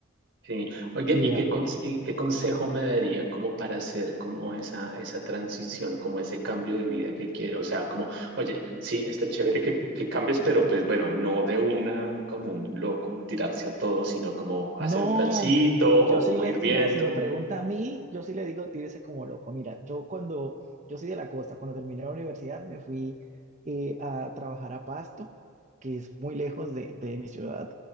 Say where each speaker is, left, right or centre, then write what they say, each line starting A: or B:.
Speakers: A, on the right; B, on the right.
A: Sí. Oye,
B: Y
A: ¿y
B: vea,
A: qué, conse- y qué consejo me daría como para hacer como esa, esa transición, como ese cambio de vida que quiero? O sea, como, oye, sí, está chévere que, que cambies, pero pues bueno, no de una como un loco tirarse a todo, sino como
B: no,
A: hacer un plancito o
B: yo
A: como
B: sí le,
A: ir viendo.
B: vea, si me pregunta a mí, yo sí le digo, tírese como loco. Mira, yo cuando, yo soy de la costa, cuando terminé la universidad me fui eh, a trabajar a Pasto, que es muy lejos de, de mi ciudad,